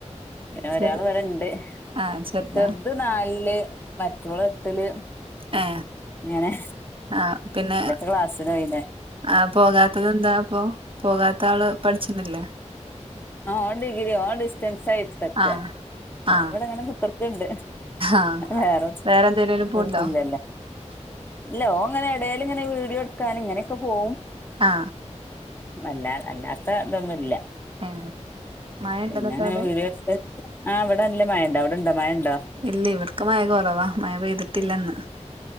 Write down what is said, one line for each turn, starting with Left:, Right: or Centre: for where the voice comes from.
Left: പിന്നെ
Right: ചെറു
Left: ഒരാള് ഇവിടെ ണ്ട്
Right: ആ ചെറുതാ
Left: ചെറുത് നാലില് മറ്റോള് എട്ടില്
Right: ഏ
Left: ഇങ്ങനെ
Right: ആഹ പിന്നെ
Left: ഓലൊക്കെ ക്ലാസ്സിന് പോയിന്
Right: ആ പോകാത്തത് എന്താ അപ്പൊ പോകാത്ത ആള് പഠിച്ചിന്നി ല്ലേ
Left: ആഹ ഓൻ ഡിഗ്രി ഓൻ ഡി സ്റ്റെൻസായി എടുതക്ക
Right: ആ ആ
Left: ഇവിടെങ്ങനെ കുത്തർക്ക്ണ്ട്
Right: ആ
Left: വേറെ
Right: എന്തേലും പോണ്ടോ
Left: എ എത്തുല്ലല്ലേ ഇല്ലഓങ്ങനെ എടെല് ങ്ങനെ വീടിയോട്ക്കാന് ങ്ങനെയൊക്കെ പോവും
Right: ആ
Left: അല്ലാ അല്ലാത്ത ഇതൊന്നുല്ല
Right: ഏ മഴ ഉണ്ടോ
Left: പിന്നെ
Right: എന്നിട്ട്
Left: ങ്ങനെ
Right: അവിടെ
Left: വിഡിയോട്ത്ത് ആഇവിടെ നല്ല മഴണ്ട് അവിടെണ്ടോ മഴണ്ടോ
Right: ഇല്ലെ ഇവടക്ക് മഴ കുറവാ മഴ പെയ്തിട്ടില്ലന്ന്